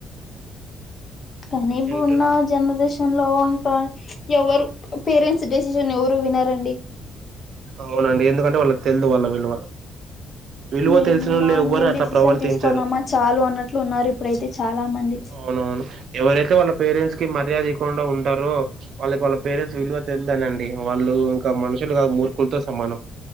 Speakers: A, on the left (about 40°); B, on the right (about 65°).
A: కానీ ఇబ్బుడున్నా
B: ఏంటో
A: జనరేషన్ లో ఇంకా ఎవరు పేరెంట్స్ డెసిజన్ ఎవ్ రు వినరండి
B: అవ్నండి ఎందుకంటే వాళ్ళక్ తెల్దు వాళ్ళ విలువ విలువ
A: మేం
B: తెలిసినోళ్ళు
A: మా
B: ఎవ్వరు
A: మేం
B: అట్లా
A: డిసిజన్
B: ప్రవర్తించరు
A: తీస్కొన్నామా చాలు అన్నట్లు ఉన్నారు ఇప్పుడైతే చాలా మంది
B: అవునవును ఎవరైతే వాళ్ళ పేరెంట్స్ కి మర్యాదీకుండ ఉంటారో వాళ్ళకి వాళ్ళ పేరెంట్స్ విలువ తెల్దని డి వాళ్ళు ఇంక మనుషులు గాదు మూర్ఖుల్తో సమానం